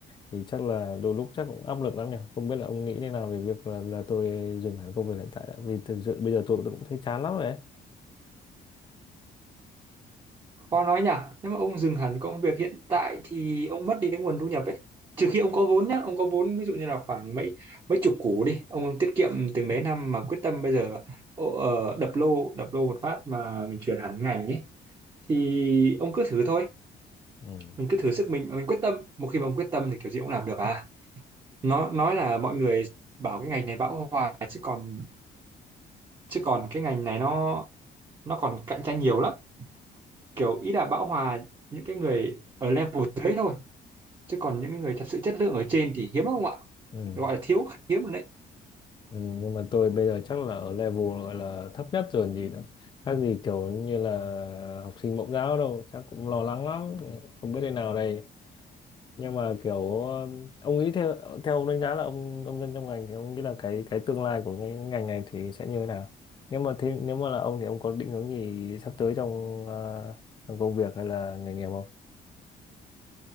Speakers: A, on the left (about 30°); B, on the right (about 30°).
A: thì chắc là đôi lúc chắc cũng áp lực lắm nhỉ. Không biết là ông nghĩ thế nào về việc là là tôi dừng hẳn công việc hiện tại đã. Vì thực sự bây giờ tôi, tôi cũng thấy chán lắm rồi ấy.
B: khó nói nhở nếu mà ông dừng hẳn công việc hiện tại thì ông mất đi cái nguồn thu nhập ấy trừ khi ông có vốn nhá ông có vốn ví dụ như là khoảng mấy mấy chục củ đi ông tiết kiệm từng đấy năm mà quyết tâm bây giờ ô, ờ, đập lô đập lô một phát mà mình chuyển hẳn ngành ấy thì ông cứ thử thôi
A: Ừ.
B: mình cứ thử sức mình mà mình quyết tâm một khi mà ông quyết tâm thì kiểu gì ông làm được à nó nói là mọi người bảo cái ngành này bão hòa chứ còn chứ còn cái ngành này nó nó còn cạnh tranh nhiều lắm kiểu ý là bão hòa những cái người ở level dưới thôi chứ còn những cái người thật sự chất lượng ở trên thì hiếm không ạ
A: Ừ.
B: gọi là thiếu khá hiếm rồi đấy
A: Ừ. Nhưng mà tôi bây giờ chắc là ở level gọi là thấp nhất rồi gì nữa. Khác gì kiểu như là học sinh mẫu giáo đâu, chắc cũng lo lắng lắm. Không biết thế nào đây. nhưng mà kiểu um, ông nghĩ theo theo ông đánh giá là ông ông dân trong ngành thì ông nghĩ là cái cái tương lai của cái ngành này thì sẽ như thế nào nếu mà thế, nếu mà là ông thì ông có định hướng gì sắp tới trong, ờ, trong công việc hay là nghề nghiệp không